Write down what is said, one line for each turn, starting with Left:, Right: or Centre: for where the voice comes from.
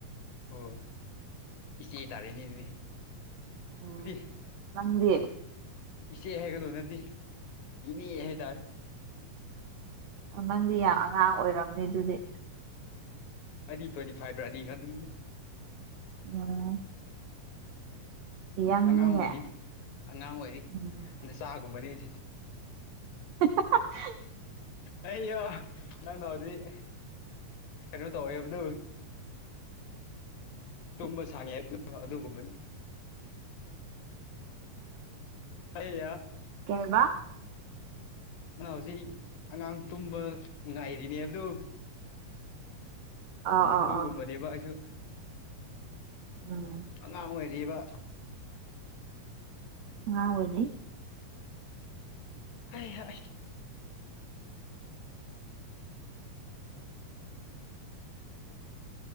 Left: ꯑꯣ ꯏꯆꯦ ꯇꯥꯔꯦꯅꯦ ꯑꯗꯨꯗꯤ꯫
Right: ꯎꯝ
Left: ꯑꯗꯨꯗꯤ꯫
Right: ꯅꯪꯗꯤ
Left: ꯏꯆꯦ ꯍꯥꯏꯒꯗꯧ ꯅꯠꯇꯦ ꯏꯅꯦ ꯍꯥꯏꯇꯥꯔꯦ꯫
Right: ꯑꯣ ꯅꯪꯗꯤ ꯌꯥꯝ ꯑꯉꯥꯡ ꯑꯣꯏꯔꯝꯅꯤ ꯑꯗꯨꯗꯤ꯫
Left: ꯑꯩꯅꯤ ꯇ꯭ꯋꯦꯟꯇꯤ ꯐꯥꯏꯕ꯭ꯔꯥ ꯑꯅꯤ ꯈꯪꯗ
Right: ꯎꯝ ꯌꯪꯅꯤꯅꯦ
Left: ꯑꯉꯥꯡ ꯑꯣꯏꯔꯤ ꯑꯉꯥꯡ ꯑꯣꯏꯔꯤ
Right: ꯎꯝ
Left: ꯅꯆꯥꯒꯨꯝꯕꯅꯤ ꯑꯩꯁꯦ꯫
Right: <unintelligible>
Left: ꯑꯩ ꯅꯪꯅ ꯍꯧꯖꯤꯛ꯫ ꯀꯩꯅꯣ ꯇꯧꯌꯦꯕꯗꯨꯨ꯫
Right: <inaudible> <inaudible>
Left: ꯇꯨꯝꯕ ꯁꯥꯡꯉꯦ ꯍꯥꯏꯕ ꯑꯗꯨꯒꯨꯝꯕꯅꯤ꯫ ꯑꯩꯌꯥ꯫
Right: ꯀꯩꯍꯥꯏꯕ꯫
Left: ꯅꯪꯅ ꯍꯧꯖꯤꯛ ꯑꯉꯥꯡ ꯇꯨꯝꯕ ꯉꯥꯏꯔꯤꯅꯦ ꯍꯥꯏꯕꯗꯨ꯫
Right: ꯑꯥꯎ ꯑꯥꯎ
Left: ꯑꯗꯨꯒꯨꯝꯕꯅꯦꯕ
Right: ꯑꯥꯎ
Left: ꯑꯩꯁꯨ
Right: ꯎꯝ
Left: ꯑꯉꯥꯡ ꯑꯣꯏꯔꯤꯕ꯫
Right: ꯑꯉꯥꯡ ꯑꯣꯏꯔꯤ꯫
Left: ꯍꯩꯍ <unintelligible> <inaudible>